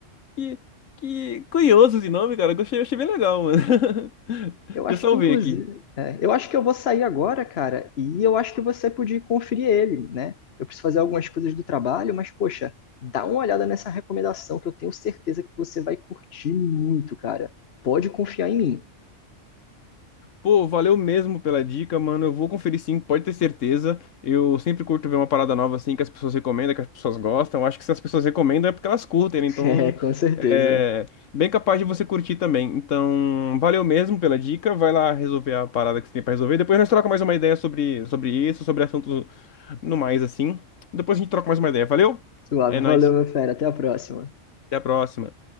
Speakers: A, on the left; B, on the left.
A: Que, que curioso esse nome, cara. Gostei, achei bem legal, mano. <laughs>
B: Eu acho
A: Já salvei
B: que, inclusive,
A: aqui.
B: é, eu acho que eu vou sair agora, cara, e eu acho que você podia conferir ele, né? Eu preciso fazer algumas coisas do trabalho, mas, poxa, dá uma olhada nessa recomendação que eu tenho certeza que você vai curtir muito, cara. Pode confiar em mim.
A: Pô, valeu mesmo pela dica, mano. Eu vou conferir sim, pode ter certeza. Eu sempre curto ver uma parada nova assim que as pessoas recomendam, que as pessoas gostam. Eu acho que se as pessoas recomendam é porque elas curtem, né? Então
B: <laughs> É, com certeza.
A: é bem capaz de você curtir também. Então, valeu mesmo pela dica. Vai lá resolver a parada que você tem pra resolver. Depois nós trocamos mais uma ideia sobre, sobre isso, sobre assuntos No mais, assim. Depois a gente troca mais uma ideia. Valeu?
B: Suave,
A: É nóis.
B: valeu, meu fera. Até a próxima.
A: Até a próxima.